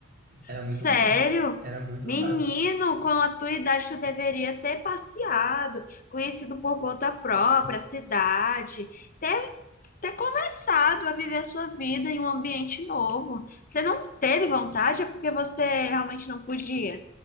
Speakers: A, on the right; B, on the left.
A: Era muito
B: Sério?
A: raro. Era muito
B: Menino,
A: raro
B: com a tua idade tu deveria ter passeado, conhecido por conta própria a cidade, ter, ter começado a viver a sua vida em um ambiente novo. Você não teve vontade, é porque você realmente não podia.